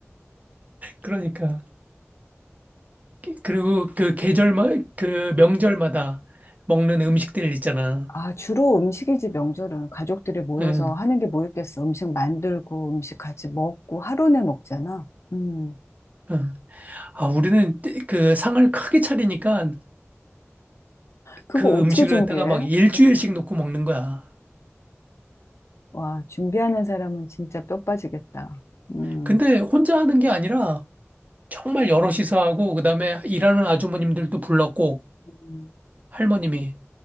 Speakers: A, on the right; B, on the left.
A: 그러니까. 그리고 그 계절마 그 명절마다 먹는 음식들 있잖아.
B: 아, 주로 음식이지, 명절은. 가족들이 모여서
A: 응.
B: 하는 게 뭐 있겠어. 음식 만들고, 음식 같이 먹고, 하루 내 먹잖아. 음,
A: 응. 아, 우리는 때- 그 상을 크게 차리니까
B: 그거
A: 그
B: 어떻게
A: 음식을
B: 준비해?
A: 갖다가 막 일주일씩
B: 음,
A: 놓고 먹는 거야.
B: 와, 준비하는 사람은 진짜 뼈 빠지겠다. 음,
A: 근데 혼자 하는 게 아니라 정말 여럿이서 하고 그다음에 일하는 아주머님들도 불렀고
B: 음.
A: 할머님이